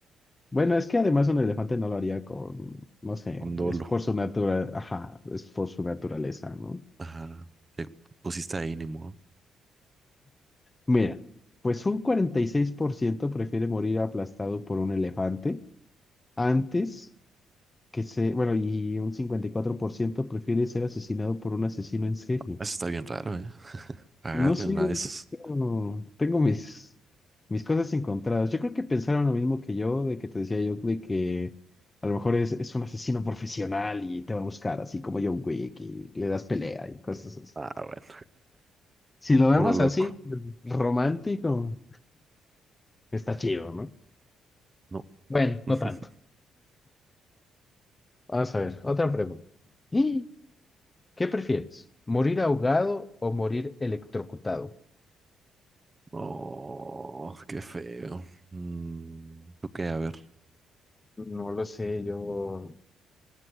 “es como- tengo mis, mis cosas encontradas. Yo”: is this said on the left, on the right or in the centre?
Left